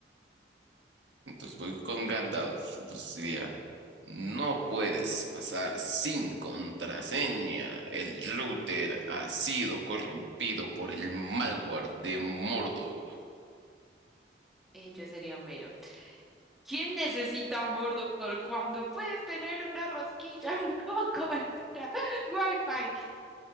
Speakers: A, on the right (about 80°); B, in the centre.
A: Entonces voy con Gandalf. Entonces sería, no puedes pasar sin contraseña. El router ha sido corrompido por el malware de Mordor.
B: Eh, Yo sería Homero. ¿Quién necesita Mordor cuando puedes tener una rosquilla <laughs> con cobertura Wi-Fi?